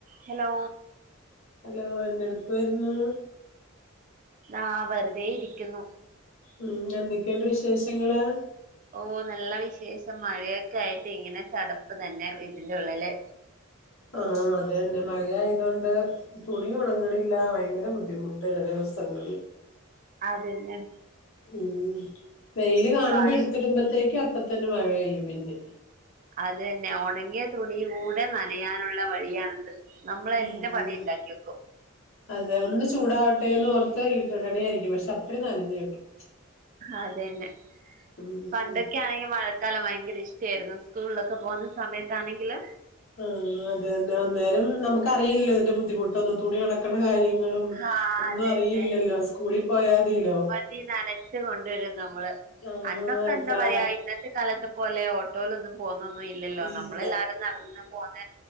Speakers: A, on the right; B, on the left.
A: Hello
B: hello എന്തെട്ക്കുവര്ന്ന്
A: ആഹ് വെർതെ ഇരിക്കുന്നു.
B: ഉം എന്തൊക്കെണ്ട് വിശേഷങ്ങള്.
A: ഓഹ് നല്ല വിശേഷം. മഴയൊക്കായിട്ടിങ്ങനെ ചടപ്പ് തന്നെ വീട്ടിന്റുള്ളില്
B: ആഹ് അതന്നെ. മഴയായതോണ്ട് തുണിയുണങ്ങണില്ല ഭയങ്കര ബുദ്ധിമുട്ട് ചെല ദിവസങ്ങളിൽ.
A: അതന്നെ
B: ഉം വെയില് കാണുമ്പോ
A: വാഷ്
B: എടുത്തിടുമ്പോത്തേക്ക് അപ്പ തന്നെ മഴ പെയ്യും പിന്നെ,
A: അതന്നെ. ഒണങ്ങിയ തുണി കൂടെ നനയാനുള്ള വഴിയാണത്. നമ്മളന്നെ
B: ആഹ്
A: പണി ഇണ്ടാക്കി വെക്കും
B: അതെ ഒന്ന് ചൂടാവട്ടെന്നോർത്ത് ഇടണേയായിരിക്കും പക്ഷെ അപ്പടി നനഞ്ഞു കിട്ടും.
A: അതന്നെ
B: ഉം
A: പണ്ടൊക്കാണെങ്കിൽ മഴ ക്കാലം ഭയങ്കര ഇഷ്ടയിരുന്നു സ്കൂളിലൊക്കെ പോകുന്ന സമയത്താണെങ്കില്
B: ആഹ് അതന്നെ അന്നേരം നമുക്കറിയില്ലല്ലോ അതിന്റെ ബുദ്ധിമുട്ട് ഒന്നും തുണി ഒണക്കണ കാര്യങ്ങളും.
A: ആ
B: ഒന്നും
A: അതന്നെ
B: അറിയില്ലല്ലോ സ്കൂളിൽ പോയാതിലോ
A: തി നനച്ച് കൊണ്ടുവരും നമ്മള്
B: ആഹ്
A: അന്നൊക്കെ എന്താ പറയാ ഇന്നത്തെ കാലത്ത് പോലെയോ ട്ടോലൊന്നും പോകുന്നൊന്നും ഇല്ലല്ലോ
B: ഇല്ല
A: നമ്മളെല്ലാരും നടന്ന് പോന്ന